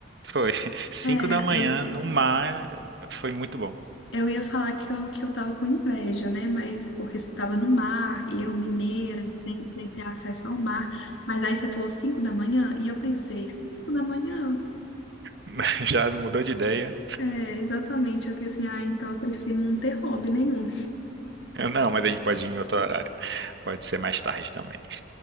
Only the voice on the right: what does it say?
Foi <laughs> cinco
da manhã
no mar, foi muito bom.
<laughs> Já mudou de ideia.
Eu, Não, mas a gente pode ir em outro horário. Pode ser mais tarde também.